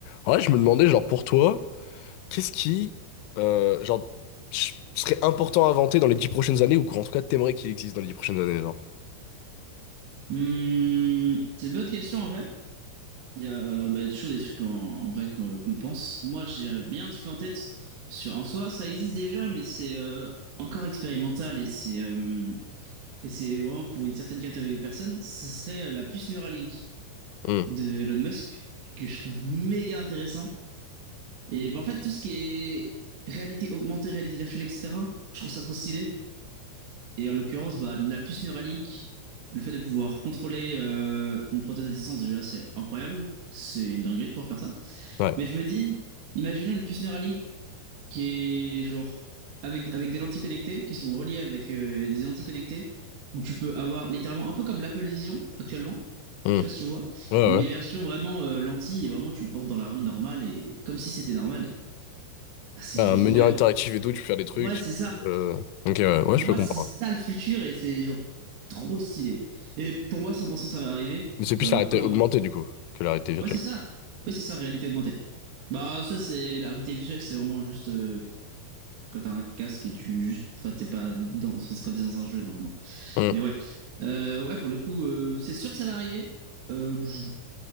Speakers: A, on the left; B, on the right.
A: Ouais, je me demandais, genre, pour toi, qu'est-ce qui, euh, genre, ch- serait important à inventer dans les dix prochaines années, ou qu'en tout cas, t'aimerais qu'il existe dans les dix prochaines années, genre?
B: Hmm, c'est une bonne question en vrai. Il y a, euh, bah, il y a toujours des trucs en, en vrai qu'on qu'on pense. Moi, j'ai euh, bien un truc en tête sur en soi, ça existe déjà, mais c'est euh, encore expérimental et c'est euh, et c'est vraiment pour une certaine catégorie de personnes. Ce serait euh, la puce Neuralink
A: Hmm,
B: de Elon Musk que je trouve méga intéressant. Et bah, en fait, tout ce qui est réalité augmentée, réalité virtuelle, etc. Je trouve ça trop stylé. Et en l'occurrence, bah, la puce Neuralink, le fait de pouvoir contrôler euh, une prothèse à distance, déjà, c'est incroyable. C'est une dinguerie de pouvoir faire ça.
A: Ouais.
B: Mais je me dis, imaginons une puce Neuralink qui est genre avec, avec des lentilles connectées, qui sont reliées avec euh, des lentilles connectées, où tu peux avoir littéralement un peu comme l'Apple Vision actuellement.
A: Hmm,
B: Je sais pas si tu vois,
A: Ouais,
B: mais
A: ouais.
B: version vraiment euh, lentille, et vraiment tu le portes dans la rue normale et comme si c'était normal. et- Ah, c'est
A: Un
B: trop
A: menu
B: trop bien.
A: interactif et tout, tu peux faire des trucs.
B: Ouais, c'est ça.
A: euh, Ok, ouais, ouais,
B: Pour
A: je
B: moi,
A: peux comprendre.
B: c'est ça le futur et c'est genre trop stylé. Et pour moi, 100% ça va arriver
A: Mais c'est plus
B: euh,
A: la réalité
B: quand?
A: augmentée, du coup, que la réalité virtuelle.
B: Ouais, c'est ça. Oui, c'est ça, réalité augmentée. Bah, ça, c'est la réalité virtuelle, c'est vraiment juste euh, quand t'as un casque et tu juste. Enfin, t'es pas dans. Enfin, c'est quand t'es dans un jeu normalement.
A: Hmm,
B: Mais ouais. Euh, ouais, pour le coup, euh, c'est sûr que ça va arriver. Euh, je-